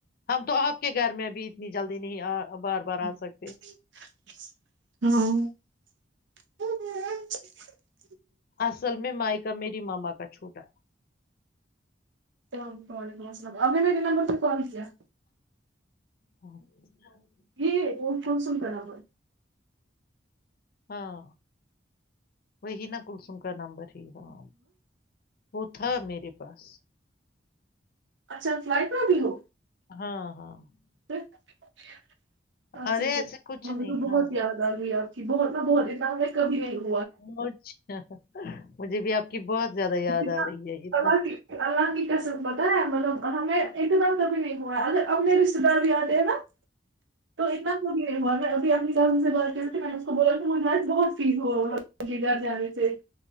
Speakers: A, on the left (about 55°); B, on the right (about 80°).
A: ہم تو آپ کے گھر میں بھی <unintelligible> اتنی جلدی نہیں آ <unintelligible>
B: ہاں
A: <unintelligible> آ
B: <unintelligible>
A: سکتے
B: <unintelligible> ہ ہ ہ <unintelligible> <unintelligible>
A: اصل میں مائیکا میری ماما کا چھوٹا <unintelligible>
B: اللام وعلیکم السلام ابھی میرے نمبر پہ کال کیا <unintelligible> <unintelligible>
A: ہاں <unintelligible> <unintelligible>
B: یہ وہ کونسم برابر <unintelligible> <unintelligible>
A: ہاں وہی نا کلسوم کا نمبر ہے <unintelligible> <unintelligible> ہاں وہ تھا میرے پاس <unintelligible> <unintelligible>
B: اچھا فلائٹ میں بھی ہو <unintelligible> <unintelligible>
A: ہاں ہاں <unintelligible> <unintelligible>
B: ہ <unintelligible> <unintelligible> اچھا
A: ارے
B: اچھا
A: ایسے کچھ نہیں
B: مے تو بہت
A: ہاں
B: یاد آ رہی ہے <unintelligible> <unintelligible> بہت بہت ا ہ میں کبھی نہیں <unintelligible> <unintelligible>
A: اورھا <unintelligible> <unintelligible> مجھے بھی آپ کی بہت <unintelligible> <unintelligible>
B: جتنا
A: آ رہی ہے اتنا
B: اللہ کی اللہ کی قسم پت ہے مطب <unintelligible> <unintelligible> ہمیں ایک دم کبھی نہیں ہوا ہے ا اپنے رشتے دار بھی آتے ہیں نا <unintelligible> <unintelligible> تو اتنا <unintelligible> <unintelligible> اپنی کزن سے بات کرتےے میں نے اس کو بولا <unintelligible> جس بہت فیز ہوگا <unintelligible> ان کے گھر جانے سے <unintelligible>